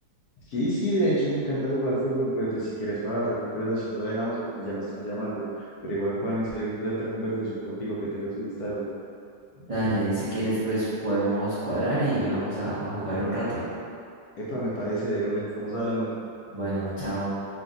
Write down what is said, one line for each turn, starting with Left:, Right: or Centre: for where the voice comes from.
Left: Sí, sí, de hecho me encanta jugar fútbol, pero pues si quieres para otra conversación lo dejamos porque ya me están llamando. Pero igual, Juan, iniciar una grata conversación contigo, que tengas feliz tarde.
Right: Dale, y si quieres, pues podemos cuadrar y, y vamos a a jugar un rato.
Left: Epa, me parece de una, estamos hablando.
Right: Bueno, chao.